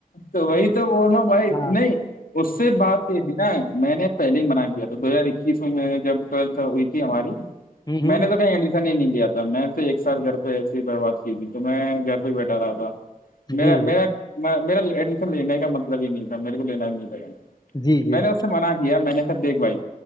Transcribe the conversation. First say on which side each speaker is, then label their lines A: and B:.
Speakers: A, on the left (about 80°); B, on the left (about 30°).
A: تو وہی تو بول رہا ہ بھائی
B: ہاں
A: نہیں اس سے بات نا میں نے پہلے ہی منع کیا تھا دو ہزار اکیس میں جب ٹولت ہوئی تھی ہماری
B: ہوں
A: میں نے تو کہیں ایڈمیشن ہی نہیں لیا تھا میں تو ایک سال گھر پہ ایسی ہی برباد کی تھی تو میں گھر بیٹا رہا تھا
B: جی
A: میرا
B: جی
A: میرا <unintelligible> میرا ایڈمیشن لینے کا مطلب ہی نہیں تھا میرے کو لینا بھی نہیں تھاا
B: جی
A: میں نے
B: جی
A: اس سے م کیا میں نے سب دیکھ بھائی